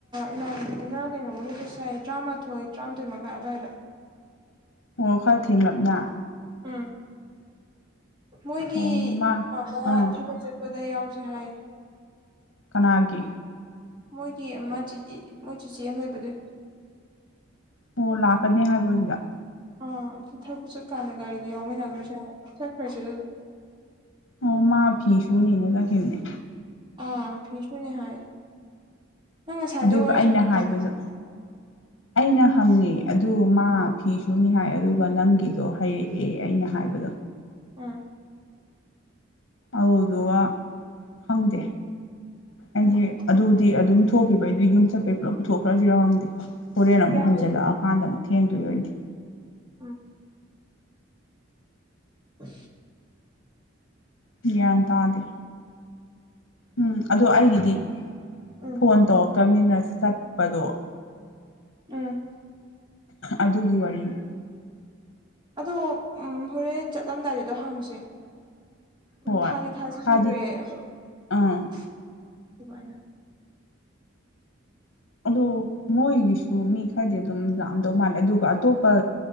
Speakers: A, on the right; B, on the left.
A: ꯏꯃꯥꯟꯅꯕꯤꯗꯨꯅ ꯀꯩꯅꯣꯃꯅꯤ ꯄꯩꯁꯥꯏ ꯇꯔꯥꯃꯥꯊꯣꯏ ꯇꯔꯥꯃꯥꯊꯣꯏ ꯃꯈꯥꯏ ꯑꯗꯨꯋꯥꯏꯗ
B: ꯑꯣ ꯈ꯭ꯔ ꯊꯦꯡꯂꯞꯅ
A: ꯎꯝ ꯃꯣꯏꯒꯤ
B: ꯑꯣ
A: ꯏ
B: ꯃꯥ
A: ꯑꯃ
B: ꯑꯥ
A: ꯊꯕꯛ ꯆꯠꯄ ꯁꯤꯗ ꯌꯥꯎꯁꯦ ꯍꯥꯏꯌꯦ
B: ꯀꯅꯥꯒꯤ
A: ꯃꯣꯏꯒꯤ ꯃꯣꯏ ꯆꯤꯆꯦ ꯑꯃ ꯂꯩꯕꯗꯨ
B: ꯑꯣ ꯂꯥꯛꯀꯅꯤ ꯍꯥꯏꯕ ꯁꯤꯗ
A: ꯑꯥ ꯑꯗꯨ ꯊꯛꯄꯨ ꯆꯠꯀꯥꯟꯗ ꯒꯥꯔꯤꯗ ꯌꯥꯎꯃꯤꯟꯅꯈ꯭ꯔꯁꯦ ꯆꯠꯈ꯭ꯔꯁꯦ ꯑꯗꯨꯗ
B: ꯑꯣ ꯃꯥ ꯐꯤ ꯁꯨꯅꯤꯅ ꯆꯥꯈꯤꯕꯈꯤꯕꯅꯦ
A: ꯑ ꯤꯁꯃꯅꯤ ꯍꯥꯏ ꯅꯪ ꯉꯁꯥꯏꯗꯩ
B: ꯑꯗꯨꯒ
A: ꯋꯥꯔꯤ
B: ꯑꯩꯅ
A: ꯁꯥꯟꯅꯗꯕ
B: ꯍꯥꯏꯕꯗꯣ ꯑꯩꯅ
A: ꯎꯝ
B: ꯍꯪꯉꯦ ꯑꯗꯨ ꯃꯥ ꯐꯤꯁꯨꯅꯤ ꯍꯥꯏ ꯑꯗꯨꯒ ꯅꯪꯒꯤꯗꯣ ꯍꯥꯏꯩꯔꯛꯑꯦ ꯑꯩꯅ ꯍꯥꯏꯕꯗꯣ
A: ꯎꯝ
B: ꯑꯗꯨꯗꯨꯒ ꯈꯪꯗꯦ ꯑꯩꯁꯦ
A: ꯎꯝ
B: ꯑꯗꯨꯕꯨꯗꯤ ꯑꯗꯨꯝ ꯊꯣꯛꯈꯤꯕ ꯑꯩꯗꯤ ꯌꯨꯝ ꯆꯠꯄꯩ ꯄꯨꯂꯞ ꯄꯨꯊꯣꯛꯈ꯭ꯔꯁꯤꯔꯎ ꯍꯪꯗꯦ ꯍꯣꯔꯦꯟ ꯑꯃꯨꯛ
A: ꯌꯥꯏꯌꯦ
B: ꯍꯟꯖꯜꯂꯛꯑꯀꯥꯟꯗ ꯑꯃꯨꯛ ꯊꯦꯡꯗꯣꯏꯔ ꯑꯣꯏꯣꯏꯗꯤ
A: ꯎ <unintelligible> <inaudible> ꯎ
B: ꯒ꯭ꯟ ꯇꯥꯗꯦ ꯎꯝ ꯑꯗꯣ ꯑꯩꯒꯤꯗꯤ
A: ꯎꯝ
B: ꯐꯣꯟ ꯇꯧꯔꯛꯇꯕꯅꯤꯅ ꯆꯠꯄꯗꯣ
A: ꯎꯝ
B: ꯑꯗꯨꯒꯤ ꯋꯥꯔꯤꯅꯤ
A: ꯑꯗꯣ ꯎ ꯍꯣꯔꯦꯟ ꯆꯠꯂꯝꯗꯥꯏꯗꯨꯗꯣ ꯍꯪꯁꯦ ꯎꯝ
B: ꯍꯣꯏ
A: ꯊꯥꯗꯤꯦ ꯊꯥꯖꯟꯈ꯭ꯔꯦ
B: ꯊꯥꯗꯤ
A: ꯑꯗꯨꯃꯥꯏꯅ
B: ꯑꯥ ꯑꯣ ꯃꯣꯏꯒꯤꯁꯨ ꯃꯤ ꯈꯔꯗꯤ ꯑꯗꯨꯝ ꯂꯥꯛꯝꯗꯧ ꯃꯥꯜꯂꯦ ꯑꯗꯨꯒ ꯑꯇꯣꯞꯄ